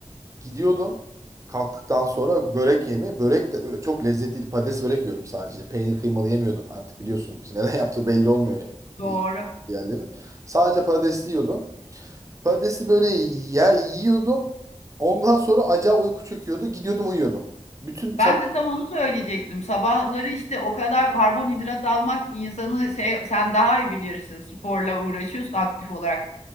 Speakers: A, on the right; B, on the left.
A: gidiyordum. Kalktıktan sonra börek yemi. Börek de böyle çok lezzetliydi. Patates börek yiyordum sadece. Peynir kıymalı yemiyordum. Artık biliyorsun. işte neden yaptığı belli olmuyor ya.
B: Doğru.
A: e, Yerlerin. Sadece patatesli yiyordum. Patatesli böreği ya yiyordum. Ondan sonra acayip uyku çöküyordu. Gidiyordum uyuyordum. Bütün
B: Ben
A: sabah
B: de tam onu söyleyecektim. Sabahları işte o kadar karbonhidrat almak insanı şey sen daha iyi bilirsin. Sporla uğraşıyorsun aktif olarak.